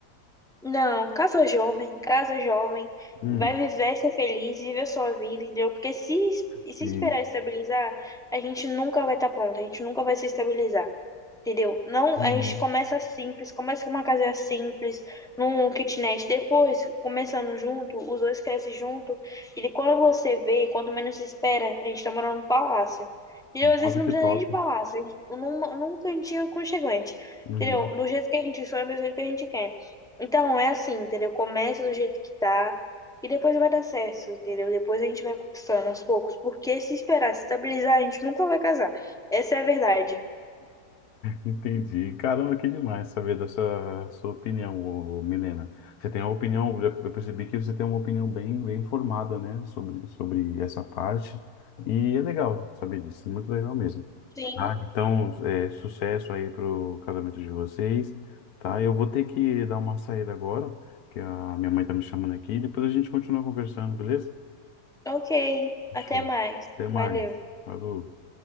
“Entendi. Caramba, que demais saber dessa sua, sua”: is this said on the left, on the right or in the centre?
Left